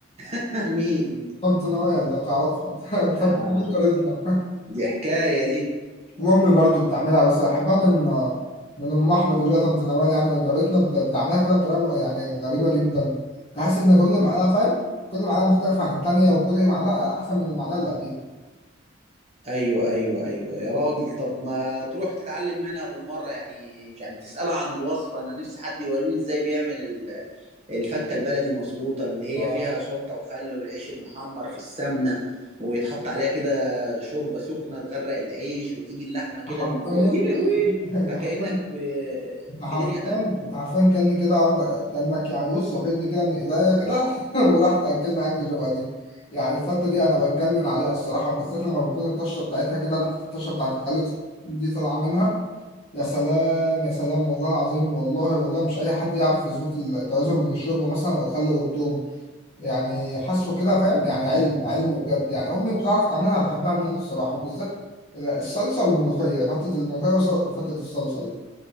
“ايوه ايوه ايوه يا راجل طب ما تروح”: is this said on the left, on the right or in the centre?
Right